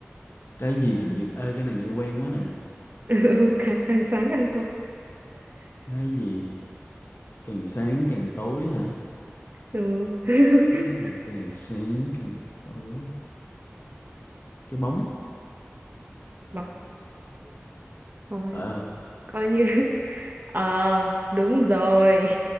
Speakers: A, on the left (about 55°); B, on the right (about 45°).
A: Cái gì càng nhiều... Ê, cái này như quen quá nè.
B: <laughs> ừ, càng càng sáng càng tốt
A: Cái gì càng sáng càng tối hả?
B: ừ. <laughs>
A: Cái gì càng sáng càng tối? Cái bóng,
B: bọc thôi
A: phải không?
B: coi như <laughs> ờ đúng rồi